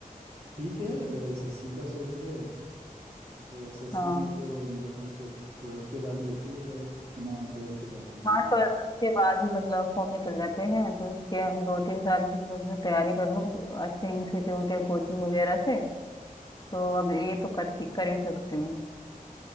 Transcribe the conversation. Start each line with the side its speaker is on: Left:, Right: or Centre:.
Right: ठीक है अगर एसएससी का सोच रहे हो तो फिर एसएससी
Left: हाँ
Right: में तो मेरे ख्याल से ट्वेल्थ के बाद ही होती है शायद है ना ट्वेल्थ के बाद होती
Left: हाँ ट्वेल्थ
Right: है
Left: के बाद ही मतलब फॉर्म निकल जाते हैं तो इसके हम दो तीन साल की सोच रहे तैयारी कर लूँ अच्छे इंस्टीट्यूट या कोचिंग वगैरह से तो अब ये तो कर कर ही सकती हूँ